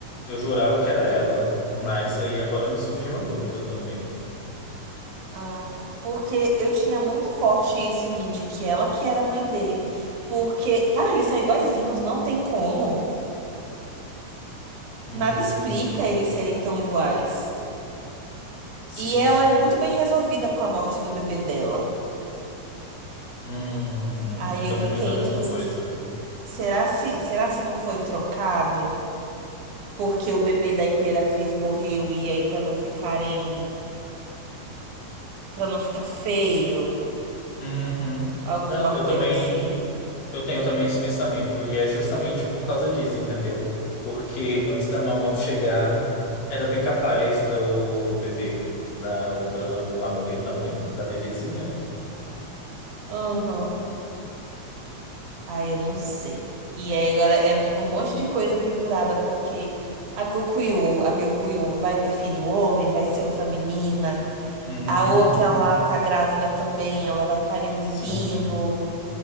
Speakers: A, on the left; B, on the right.
A: eu jurava que era ela, mas aí agora me surgiu a dúvida também.
B: Ah, porque eu tinha muito forte isso em mim, de que ela que era a mãe dele. Porque, cara, eles são iguaizinhos, não tem como.
A: Uhum.
B: Nada explica eles serem tão iguais.
A: Sim,
B: E ela
A: sim.
B: é muito bem resolvida com a morte do bebê dela.
A: Uhum.
B: Aí
A: Eu também
B: eu fiquei,
A: pensava a mesma
B: "Hum, s-
A: coisa.
B: será se, será se não foi trocado? Porque o bebê da Imperatriz morreu e aí para não ficarem, para não ficar feio,
A: Uhum.
B: alguma
A: Não, eu
B: coisa
A: também,
B: assim.
A: eu tenho também esse pensamento, e é justamente por causa disso, entendeu? Porque antes da Mamau chegar, era bem capaz do bebê da outra lá morrer também, da bebezinha, né?
B: Aham. Aí eu não sei. E aí agora é um um monte de coisa pendurada porque a Gokuyo, a Gyokuyo vai ter filho homem, vai ser outra menina.
A: Hum,
B: A
A: <laughs>
B: outra lá tá grávida também, ela vai parir um
A: Sim.
B: menino.